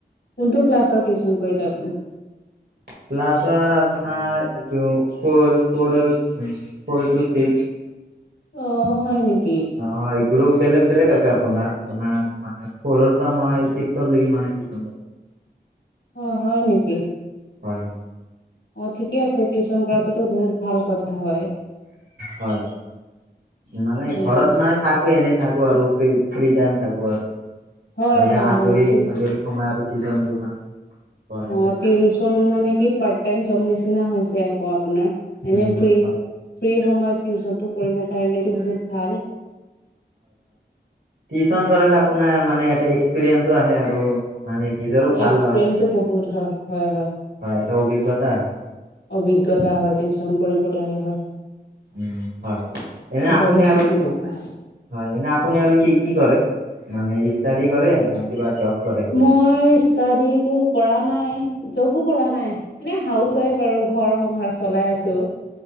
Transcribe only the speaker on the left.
কোনটো ক্লাছৰ টিউশচন কৰিলে আপুনি
অ হয় নেকি
অ হয় নেকি
অ ঠিকে আছে টিউচন কৰাটোতো বহুত ভাল কথা হয়
অ
হয় হয়
হয় ফ্ৰী
অ
টিউচন মানে কি পাৰ্ট টাইম যম নিচিনা হৈছে আকৌ এ
ফ
ফ সময়ত ন কৰিব পাৰিলেতো বহুত ভাল
এক্সপিৰিয়েঞ্চো
বহুত হয় হয় হয়
অভিজ্ঞতা হয় টিউচন কৰিব লাগে হয়
বহুত শিকিব পাৰে।
মই ষ্টাড কো কৰা নাই জবো কৰা নাই এনেে হাউচ ৱাইফ আৰু ঘৰ সংসাৰ চলাই আছো